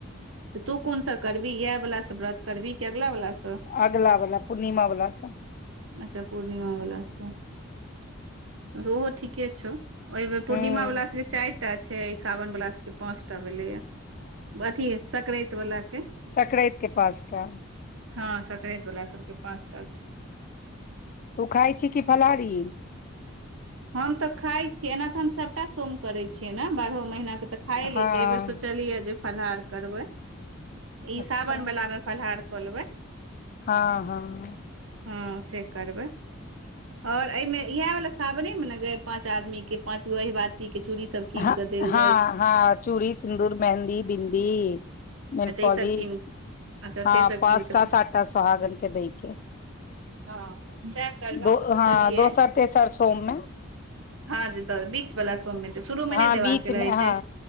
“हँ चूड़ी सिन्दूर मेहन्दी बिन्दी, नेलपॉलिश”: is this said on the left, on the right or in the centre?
Left